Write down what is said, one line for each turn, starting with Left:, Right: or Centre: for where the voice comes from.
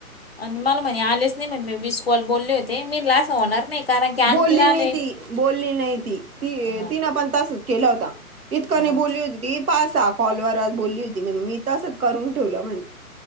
Left: आणि मला म्हणे आलेच नाही म्हण म विस् कॉल बोलले होते मी लाट होणार नाही. कारण की आंटीला
Right: बोलली
Left: आले
Right: नाही ती बोलली नाही ती ती
Left: हा
Right: तिनं पण तसच केला होता. इतकं
Left: हा
Right: नाही बोलली होती ती पासा कॉलवर बोलली होती म्हण मी तसच करून ठेवलं म्हणे.